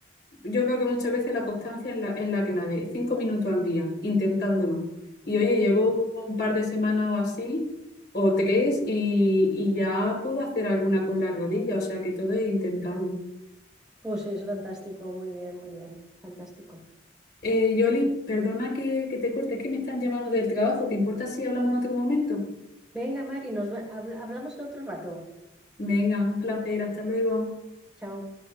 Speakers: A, on the left; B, in the centre.
A: yo creo que muchas veces la constancia es la, es la clave. Cinco minutos al día, intentándolo. Y oye, llevo
B: Mm.
A: un par de semanas o así, o tres, y, y ya puedo hacer alguna con la rodilla. O sea, que todo es intentarlo.
B: pues es fantástico, muy bien, muy bien, fantástico.
A: Eh, Yoli, perdona que, que te corte, es que me están llamando del trabajo. ¿Te importa si hablamos en otro momento?
B: Venga, Mari, nos va- habl- hablamos en otro rato.
A: Venga, un placer, hasta luego.
B: Chao.